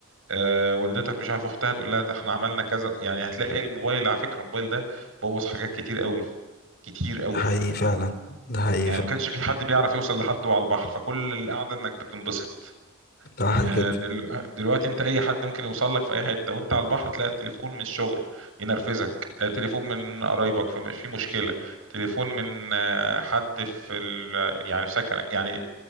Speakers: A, on the right; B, on the left.
A: آه، والدتك مش عارف اختها تقول لها ده احنا عملنا كذا يعني هتلاقي الموبايل على فكرة الموبايل ده بوظ حاجات كتير قوي كتير قوي
B: ده حقيقي فعلا ده حقيقي
A: يعني
B: فعلا
A: ما كانش في حد بيعرف يوصل لحد وهو على البحر فكل القعده انك بتنبسط
B: صح
A: آه،
B: كده
A: دل- دلوقتي انت اي حد ممكن يوصل لك في اي حته وانت على البحر تلاقي التليفون من الشغل ينرفزك آه، تليفون من قرايبك في في مشكله تليفون من آه، حد في ال... يعني في سكنك يعني